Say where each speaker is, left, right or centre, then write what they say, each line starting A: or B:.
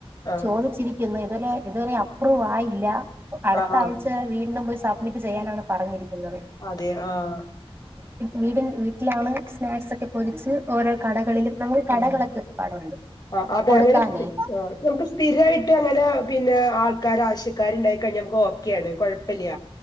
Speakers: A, on the left; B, on the right.
A: ആഹ്
B: ചോദിച്ചിരിക്കുന്നു ഇതിലെ ഇതുവരെ അപ്രൂവ ആയില്ല അടുത്ത
A: ആഹ് ആഹ്
B: ആഴ്ച വീണ്ടും പോയി സ ഇനിപ്പ ചെയ്യാനാണ് പറഞ്ഞിരിക്കുന്നത്
A: അതെ ആഹ്
B: വീടിൻ വീട്ടിലാണ് സ്നാക്സ്സൊക്കെ പൊരിച്ച് ഓരോ കടകളിലും നമുക്ക് കടകളൊക്കെ
A: ആഹ്
B: ഒരുപാടുണ്ട്
A: ആഹ് അതെ
B: കൊടുക്കാനേ
A: അതയാത് സ്ഥി നമുക്ക് സ്ഥിരായിട്ട് ട്ട് അങ്ങനെ പിന്നെ ആൾക്കാര ആശ്യക്കാര്ണ്ടായി കഴിഞ്ഞ നമുക്ക് ഓക്കെയാണ് കൊഴപ്പില്ല